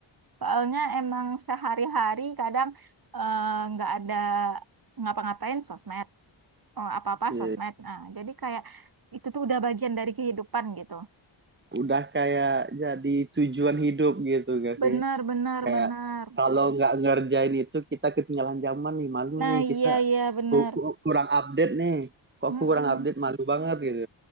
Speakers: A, on the right; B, on the right.
A: Soalnya emang sehari-hari kadang eh, nggak ada ngapa-ngapain sosmed, Oh, apa-apa
B: Iya,
A: sosmed. Nah, jadi kayak itu tuh udah bagian dari kehidupan gitu.
B: Udah kayak jadi tujuan hidup gitu gak
A: Benar,
B: sih?
A: benar,
B: kayak
A: benar.
B: kalau nggak ngerjain itu kita ketinggalan zaman nih malu
A: Nah,
B: nih kita
A: iya, iya, benar.
B: ku- ku- kurang update nih kok
A: Mm-mm.
B: aku kurang update malu banget gitu